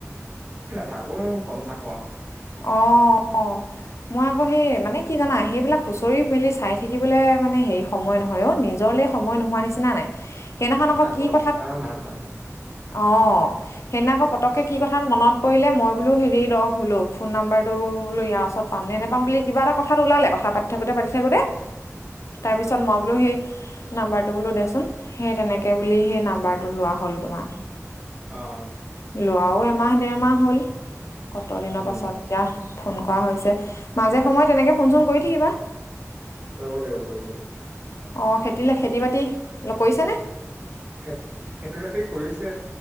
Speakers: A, on the right (about 25°); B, on the left (about 60°).
A: নথাকো গম থাকো আৰু
B: অ'। মই আকৌ সেই মানে কি জানা সেইবিলাক হুঁচৰি মেলি চাই থাকিবলৈ মানে হেৰি সময় নহয় অ'। নিজৰলে সময় নোহোৱা নিচিনা নাই সেইদিনাখন
A: আৰু
B: আকৌ
A: আগৰ
B: কি
A: নিচিনা
B: কথাাত
A: ভাল নালাগে
B: অ, সেইদি আকৌ পতককে কি কথাত মনত পৰিলে মই বোলো হেৰি ৰহ বোলো। ফোন নাম্বৰটো লৈ ইাৰ ওচৰত পাম নে নোপাম বুলি কিবা এটা কথাত লালে কথা পাতি থাকোতে, পাতি থাকোতে তাৰপিছত
A: উম
B: মই বোলো সেই নাম্বাৰটো বোলো দেচোন সেই তেনেকে বুলি সেই নাম্বাৰটো লোৱা হ'ল তোমাৰ
A: আহ।
B: লোৱাও এমাহ ডেৰমাহ হ'ল কত দিনৰ
A: উম
B: পাছত এতিয়া ফোন কৰা হৈছে, মাজে সময়ত এনেকে ফোন চোন কৰি থাকিবা।
A: কৰিব লাগিব, কৰিব লাগিব।
B: অ, খেতি, খেতি, বাতি কৰিছানে?
A: খ, খেতি, বাতি কৰিছে